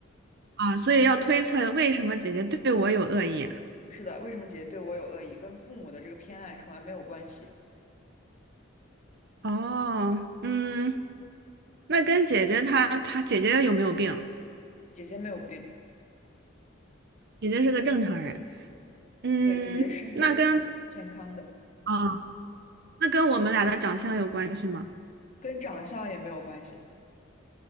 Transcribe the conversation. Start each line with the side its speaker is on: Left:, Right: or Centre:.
Right: 啊，所以要推测为什么姐姐对我有恶意。
Left: 是的，为什么姐姐对我有恶意，跟父母的这个偏爱从来没有关系。
Right: 哦，嗯，那跟姐姐她她姐姐有没有病？
Left: 姐姐没有病，
Right: 姐姐是个正常人。嗯，
Left: 对，姐姐身体是健康的。
Right: 那跟啊，那跟我们俩的长相有关系吗？
Left: 跟长相也没有关系。